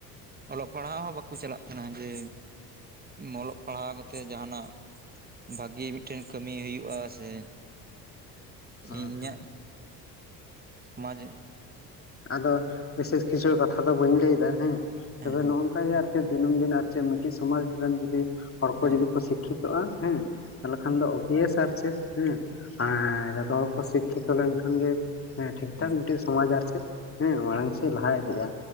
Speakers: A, on the right; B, on the left.
A: ᱚᱞᱚᱜ ᱯᱟᱲᱦᱟᱜ ᱦᱚᱸ ᱵᱟᱠᱚ ᱪᱟᱞᱟᱜ ᱠᱟᱱᱟ ᱡᱮ ᱚᱞᱚᱜ ᱯᱟᱲᱦᱟᱣ ᱠᱟᱛᱮᱫ ᱡᱟᱦᱟᱱᱟᱜ ᱵᱷᱟᱜᱤ ᱢᱤᱫᱴᱮᱱ ᱠᱟᱹᱢᱤ ᱦᱳᱭᱳᱜ-ᱟ ᱥᱮ
B: <unintelligible>
A: ᱤᱧᱟᱹᱜ ᱥᱚᱢᱟᱡᱽ
B: ᱟᱫᱚ ᱵᱤᱥᱮᱥ ᱠᱤᱪᱷᱩ ᱠᱟᱛᱷᱟ ᱫᱚ ᱵᱟᱹᱧ ᱞᱟᱹᱭ ᱫᱟ ᱦᱮᱸ
A: ᱦᱮᱸ
B: ᱛᱚᱵᱮ
A: ᱦᱮᱸ
B: ᱱᱚᱜ ᱱᱚᱝᱠᱟ ᱜᱮ ᱟᱨ ᱮᱫ ᱫᱤᱱᱟᱹᱢ ᱫᱤᱱ ᱟᱨ ᱪᱮᱫ ᱢᱤᱫᱴᱮᱱ ᱥᱚᱢᱟᱡᱽ ᱨᱮᱱ ᱡᱩᱫᱤ ᱦᱚᱲ ᱠᱚ
A: ᱦᱮᱸ
B: ᱡᱩᱫᱤ ᱠᱚ ᱥᱤᱠᱠᱷᱤᱛᱚᱜ-ᱟ ᱦᱮᱸ ᱛᱟᱦᱚᱞᱮ ᱠᱷᱟᱱ ᱫᱚ ᱳᱵᱤᱭᱮᱥ ᱟᱨ ᱪᱮᱫ ᱦᱮᱸ ᱦᱮᱸ ᱡᱚᱛᱚ ᱦᱚᱲ ᱠᱚ ᱥᱤᱠᱠᱷᱤᱛᱚ ᱞᱮᱱᱠᱷᱟᱱ ᱜᱮ ᱦᱮᱸ ᱴᱷᱤᱠ ᱴᱷᱟᱠ ᱢᱤᱫᱴᱮᱡ
A: ᱦᱮᱸ ᱦᱮᱸ ᱦᱮᱸ ᱦᱮᱸ ᱦᱮᱸ
B: ᱥᱚᱢᱟᱡᱽ ᱟᱨ ᱪᱮᱫ ᱦᱮᱸ ᱢᱟᱲᱟᱝ ᱥᱮᱫ ᱞᱟᱦᱟ ᱤᱫᱤᱜ-ᱟ